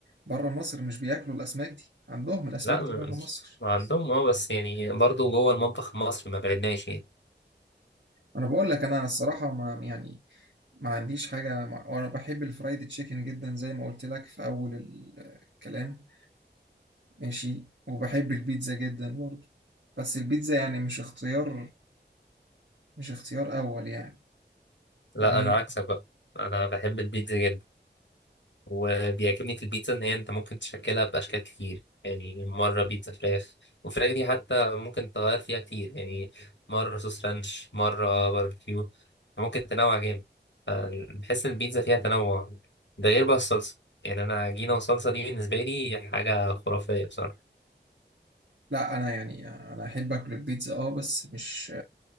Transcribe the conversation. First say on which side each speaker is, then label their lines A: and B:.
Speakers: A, on the right; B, on the left.
A: بره مصر مش بياكلوا الأسماك دي عندهم الأسماك
B: لا
A: دي
B: ما
A: بره
B: مش-
A: مصر
B: ما عندهم اه بس يعني برضو جوه المطبخ المصري ما بعدناش يعني
A: أنا بقول لك أنا الصراحة ما يعني ما عنديش حاجة مع- وأنا بحب الفرايد تشيكن جدا زي ما قلت لك في أول ال- الكلام ماشي وبحب البيتزا جدا برضه بس البيتزا يعني مش اختيار مش اختيار أول يعني
B: لا
A: يعني هي
B: انا عكسك بقى انا بحب البيتزا جدا وبيعجبني في البيتزا ان هي انت ممكن تشكلها باشكال كتير يعني مره بيتزا فراخ والفراخ دي حتى ممكن تغير فيها كتير يعني مره صوص رانش مره باربيكيو ممكن تنوع جامد ف- بحس ان البيتزا فيها تنوع ده غير بقى الصلصه يعني انا عجينه وصلصه دي بالنسبه لي حاجه خرافيه بصراحه
A: لا انا يعني انا احب اكل البيتزا اه بس مش